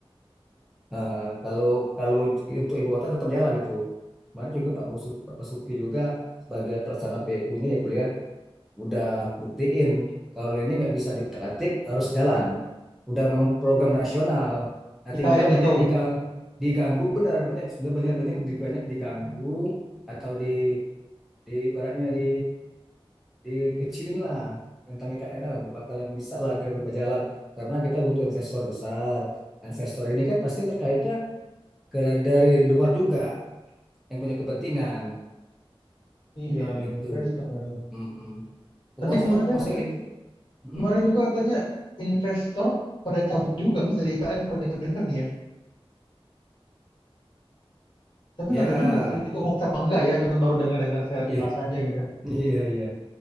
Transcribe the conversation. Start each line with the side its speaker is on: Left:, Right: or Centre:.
Centre: Nah, kalau kalau untuk ibu kota tetap jalan itu. Kemarin juga Pak Basuki, Pak Basuki juga sebagai pelaksana PU-nya ya kulihat udah buktiin kalau ini nggak bisa diutak-atik harus jalan. Udah memang program nasional. Nah,
Left: IKN
Centre: tinggal banyak
Left: itu.
Centre: digang, diganggu benar banyak sudah banyak banyak di- banyak diganggu atau di di baratnya di dikecilin lah tentang IKN ah, nggak bakalan bisa lah ke berjalan karena kita butuh investor besar investor ini kan pasti terkaitnya ke dari, dari luar juga yang punya kepentingan
Left: Iya
Centre: kayak
Left: ya
Centre: gitu.
Left: investor ya.
Centre: Mm-mm. Pengusaha
Left: Tapi kemarin
Centre: pengusaha gitu. Mm.
Left: kemarin juga katanya investor pada cabut juga Mas dari IKN kalau dengar-dengar nih ya. Tapi
Centre: Ya,
Left: nggak tahu juga sih itu hoax apa enggak ya, cuman baru dengar-dengar sekilas
Centre: iya,
Left: aja gitu.
Centre: iya, iya.